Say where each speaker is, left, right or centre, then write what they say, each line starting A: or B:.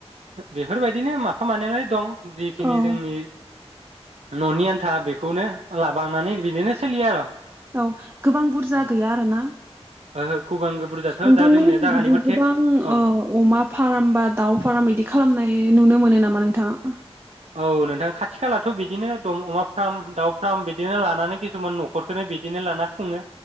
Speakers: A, on the right; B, on the right.
A: बेफोरबायदिनो माफा मानैयालाय दं। जिखिनि
B: औ
A: जोंनि न'नि आन्था बे बेखौनो लाबांनानै बिदिनो सोलियो आरो।
B: औ गोबां बुरजा
A: ओं
B: गैया आरोना।
A: ओहो गुबुन बुरजाथ'
B: नोंथांमोनिखै
A: दा जोंनिया जागानिबो
B: बिदि गोबां
A: थेक औ
B: अमा फार्म बा दाउ फार्म बिदि खालामनाय नुनो मोनो नामा? नोंथाङा।
A: औ नोंथां खाथि खालाथ' बिदिनो द अमा फार्म दाउ फार्म बिदिनो लानानै किसुमान न'खरखौनो बिदिनो लाना खुङो।